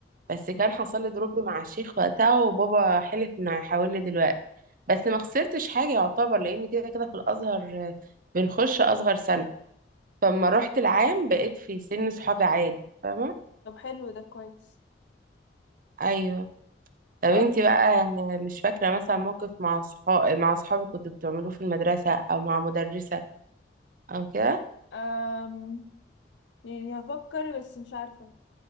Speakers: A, on the right (about 50°); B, on the left (about 80°).
A: بس كان
B: مم.
A: حصل لي دروب مع الشيخ وقتها وبابا حلف انه هيحول لي دلوقتي بس ما خسرتش حاجه يعتبر لان كده كده في الازهر آه، بنخش اصغر سنه فلما رحت العام بقيت في سن صحابي عادي فاهمه
B: طب حلو ده كويس
A: ايوه طب انتي
B: أم...
A: بقى مش فاكره مثلا موقف مع صحاب مع صحابك كنتوا بتعملوه في المدرسه او مع مدرسه او كده
B: أم... يعني هفكر بس مش عارفة